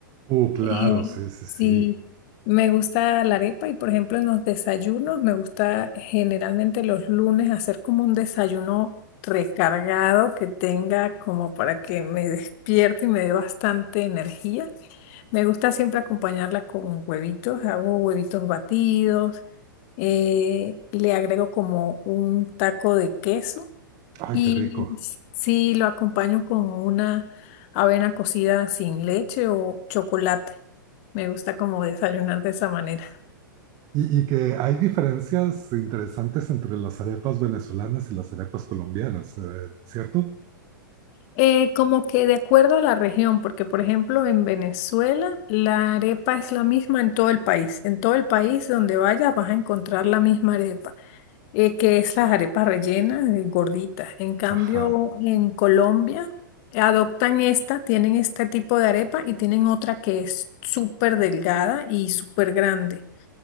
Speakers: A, on the right (about 35°); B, on the left (about 40°).
A: Uh, claro,
B: Eh,
A: sí, sí, sí.
B: sí, me gusta la arepa y por ejemplo en los desayunos me gusta generalmente los lunes hacer como un desayuno recargado que tenga como para que me despierte y me dé bastante energía. Me gusta siempre acompañarla con huevitos, hago huevitos batidos, eh, le agrego como un taco de queso
A: Ay,
B: y
A: qué rico.
B: s- sí, lo acompaño con una avena cocida sin leche o chocolate. Me gusta como desayunar de esa manera.
A: Y, y que hay diferencias interesantes entre las arepas venezolanas y las arepas colombianas, eh, ¿cierto?
B: Eh, como que de acuerdo a la región, porque por ejemplo en Venezuela la arepa es la misma en todo el país. En todo el país donde vayas vas a encontrar la misma arepa. eh, que es las arepas rellenas, eh, gorditas. En cambio,
A: Ajá.
B: en Colombia eh, adoptan esta, tienen este tipo de arepa y tienen otra que es súper delgada y súper grande.